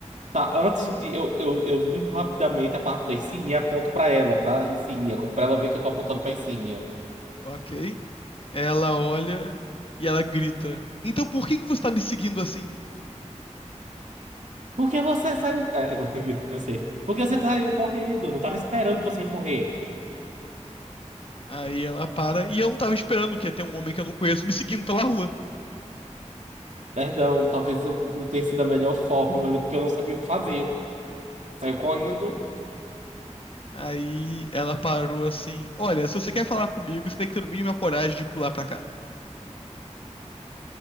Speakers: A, on the right; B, on the left.
A: Tá, antes de... Eu, eu, eu limpo rapidamente a parte da insígnia e aponto pra ela, pra insígnia, como pra ela ver que eu tô apontando pra insígnia.
B: Ok. Ela olha e ela grita: Então por que que você tá me seguindo assim?
A: Porque você saiu. É, <laughs> não sei. Porque você saiu correndo? Não tava esperando que você ia correr.
B: Aí ela para e eu não tava esperando que ia ter um homem que eu não conheço me seguindo pela rua.
A: Perdão, talvez eu não tenha sido a melhor forma, mas é porque eu não sabia o que fazer. Saiu correndo.
B: Aí ela parou assim: Olha, se você quer falar comigo, você tem que ter no mínimo a coragem de pular pra cá.